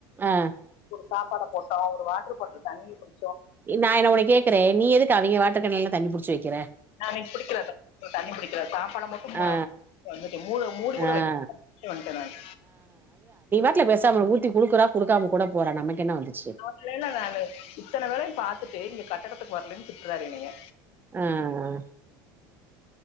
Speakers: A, on the right; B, on the left.
A: ஆ
B: சாப்பாட போட்டோ ஒரு வாட்ரு பாட்லு தண்ணீர் குடு
A: நா என்ன உன்ன கேக்குறே நீ எதுக்கு அவிங்க வாட்டர்கேன்ல நீ ஏ தண்ணி புடிச்சு வெக்குற
B: நா இன்னிக்கு புடிக்கல தண்ணி புடிக்கல சாப்பாட மட்டு
A: ஆ
B: மூட மூடி கூட
A: ஆ
B: வக்கல வந்துட்டே நானு
A: ல பேசாம ஊத்தி குடுக்குறா குடுக்காம கூட போற நமக்கு என்ன வந்துச்சு
B: அவனலல்லா நானு இத்தன வேலயு பாத்துட்டு இங்க க படத்துக்கு வரலைன்னு திட்ராரு என்னய
A: ஆ ஆ